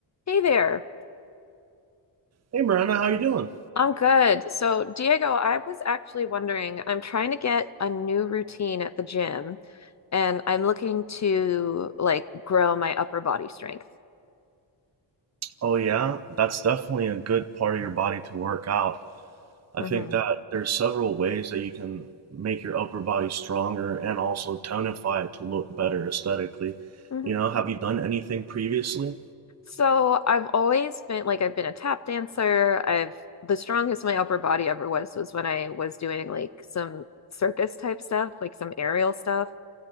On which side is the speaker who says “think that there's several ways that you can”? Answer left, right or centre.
Right